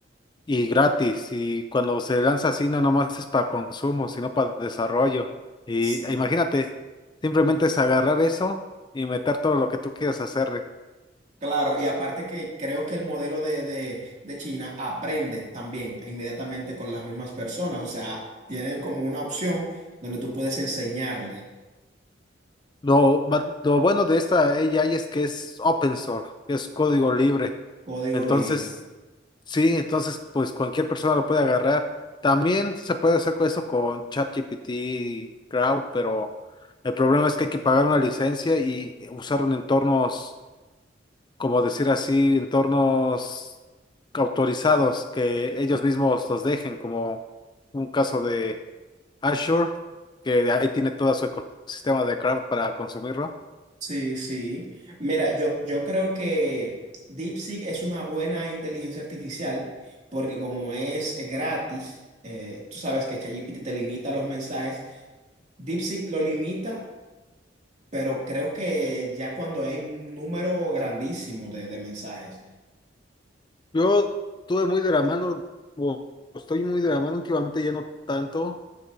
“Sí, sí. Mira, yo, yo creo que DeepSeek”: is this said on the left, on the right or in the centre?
Right